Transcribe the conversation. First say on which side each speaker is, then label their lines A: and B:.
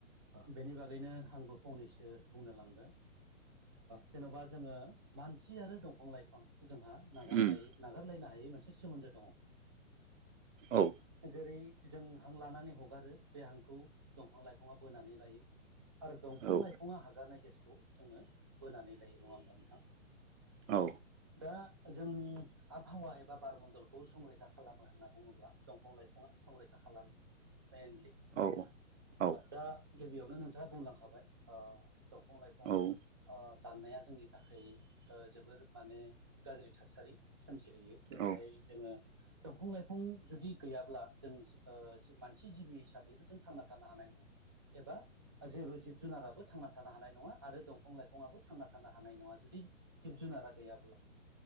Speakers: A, on the right; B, on the right.
A: बेनि बागैनो आंबो फंनैसो बुंनो लांदों जेनबा जोङो मानसि आरो दंफां लाइफां जोंहा नागारलायै
B: उम
A: नागारलायनो हायै मोनसे सोमोन्दो दङ
B: औ
A: जेरै जों हां लानानै हगारो बे हांखौ दंफां लाइफाङा बोनानै लायो आरो दंफां
B: औ
A: लाइफाङा हगारनाय गेसखौ जोङो बोनानै लायो नङा होमबा नोंथां
B: औ
A: दा जोंनि आबहावा एबा बार मन्डलखौ संरैखा खालामो होनना बुङोब्ला दंफां लाइफाङा संरैखा खालामो मेइनलि
B: औ औ
A: दा गिबियावनो नोंथाङा बुंलांखाबाय दंफां लाइफां
B: औ
A: दाननाया जोंनि थाखाय जोबोर माने गाज्रि थासारि सोमजिहोयो जेरैहाय
B: औ
A: जोङो दंफां लाइफां जुदि गैयाब्ला जों मानसि जिबि हिसाबैबो जों थांना थानो हानाय नङा एबा जेबो जिब जुनाराबो थांना थानो हानाय नङा आरो दंफां लाइफाङाबबो थांना थानो हानाय नङा जुदि जिब जुनारा गैयाब्ला